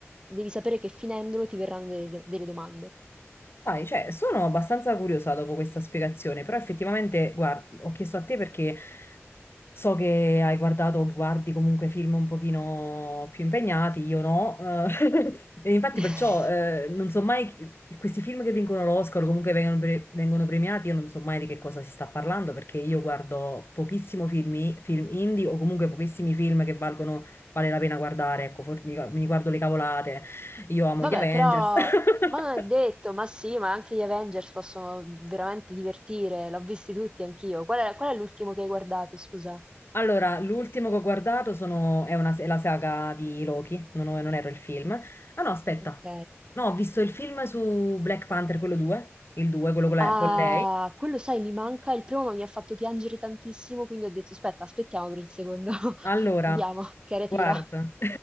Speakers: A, on the right (about 20°); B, on the left (about 55°).
A: devi sapere che finendolo ti verranno delle, delle domande.
B: Dai, cioè, sono abbastanza curiosa dopo questa spiegazione, però effettivamente, guardi, ho chiesto a te perché so che hai guardato o guardi comunque film un pochino più impegnati, io no, eh, <laughs> e infatti
A: <laughs>
B: perciò eh, non so mai, chi- questi film che vincono l'Oscar o comunque vengono, pre- vengono premiati, io non so mai di che cosa si sta parlando perché io guardo pochissimo film, film indie o comunque pochissimi film che valgono, vale la pena guardare, ecco, forse mi mi guardo le cavolate, io amo
A: Vabbè,
B: gli Avengers.
A: però,
B: <laughs>
A: ma non è detto, ma sì, ma anche gli Avengers possono veramente divertire, l'ho visti tutti anch'io. Qual è, qual è l'ultimo che hai guardato, scusa?
B: Allora, l'ultimo che ho guardato sono- è, una- è la saga di Loki, non, ho- non ero il film. Ah no, aspetta.
A: Ok.
B: No, ho visto il film su Black Panther, quello 2, il 2, quello con, la-
A: Ah,
B: con lei.
A: quello sai, mi manca. Il primo mi ha fatto piangere tantissimo, quindi ho detto, aspetta, aspettiamo per il secondo. <laughs>
B: Allora,
A: Vediamo, che era
B: guarda,
A: tira.
B: <laughs>